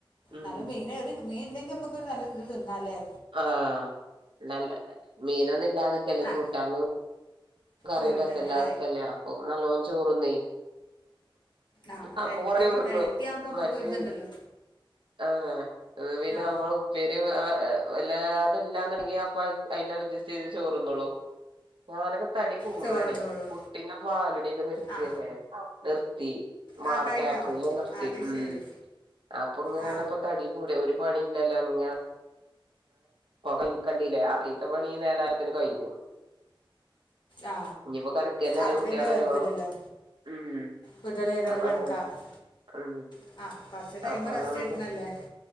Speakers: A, on the right; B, on the left.
A: ഉം
B: നല്ല മീന. മീണ്ടെങ്കിമക് നല്ല ഒര്ത് തിന്നാലേ.
A: ആഹ് നല്ല മീനൊന്നും ഇല്ലാതക്കല്ലേ
B: ആ
A: കൂട്ടാനും. കറീം
B: കൂട്ടൻ
A: രസല്ലാതൊക്കെല്ലേ
B: അല്ല
A: അപ്പൊ നല്ലോം ചോറ്ന്നെയ്.
B: ആ
A: അപ്പൊ
B: ഇടയ്ക്ക്
A: കൊറേ ചോറ്ന്നും
B: ഇടയ്ക്ക് ആകുമ്പോൾ നമുക്ക്
A: മറ്റേ.
B: ഒരു ഇതുണ്ടല്ലോ
A: ആഹ് അത് പിന്നെ
B: ആ
A: നമ്മള്. പേര് വല്ലാതല്ലാന്ണ്ടെങ്കി അപ്പ അയിനഡ്ജസ്റ്റ് ചെയ്ത് ചോറുന്നോളും. <unintelligible> തടി കൂട്ണ്
B: ചോറുന്നോളൂ
A: കുട്ടിന്റെ പാലുടിഎക്കെ നിർത്തിയല്ലേ
B: ആ
A: നിർത്തി. മാ
B: ആ കഴിഞ്ഞോ
A: ഏപ്രില് നിർത്തി
B: ആ അത്
A: ഉം
B: ശരി
A: അപ്പൊങ്ങനപ്പ
B: ആ
A: തടി. കൂടെ ഒരു പണി ഇല്ലല്ലോ അങ്ങ. പകം കണ്ടില്ലേ ആഹ് പിത്ത പണി ഈ നേരായപ്പത്തിന് കഴിഞ്ഞു.
B: ആ
A: നിപ്പോ കടക്കന്നല്ലേ
B: അപ്പോൾ
A: കുട്ടികള്
B: പിന്നെ കുഴപ്പമില്ലല്ലോ
A: വെരോളം. ഉം
B: കുട്ടികൾ വരുന്നവർ
A: അതെന്നെ
B: കിടക്കാം
A: ഉം.
B: <unintelligible>
A: അപ്പൊ
B: റെസ്റ്റ്
A: അതോണ്ട്
B: കിട്ടുന്നല്ലേ